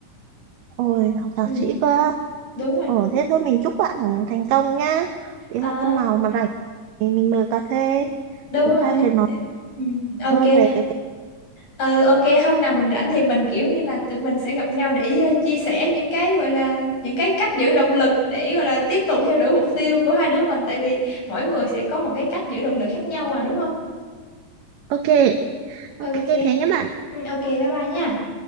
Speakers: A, on the right; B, on the left.
A: Ôi học thạc
B: Ừ,
A: sĩ cơ.
B: đúng rồi.
A: Ồ thế thôi mình chúc bạn thành công nhá. Thì
B: À,
A: hôm nào mà rảnh thì mình mời cà phê
B: đúng
A: chúng
B: rồi.
A: ta sẽ nói
B: Ừ, ừ, Ok.
A: hơn về cái
B: Ừ ok hôm nào mình rảnh thì mình kiểu như là tụi mình sẽ gặp nhau để ờ, chia sẻ những cái gọi là những cái cách giữ động lực để gọi là tiếp tục theo đuổi mục tiêu của hai đứa mình tại vì mỗi người sẽ có một cái cách giữ động lực khác nhau mà đúng không?
A: Ok,
B: Ok.
A: ok thế nhé bạn.
B: Ừ, ok bye bye nha.